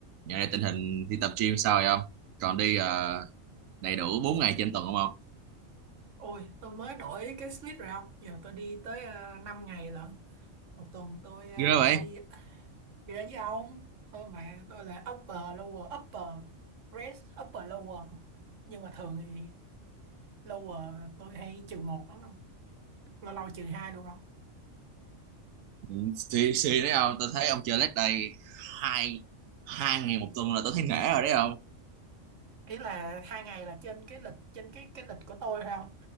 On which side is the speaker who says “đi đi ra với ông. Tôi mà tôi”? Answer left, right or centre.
Right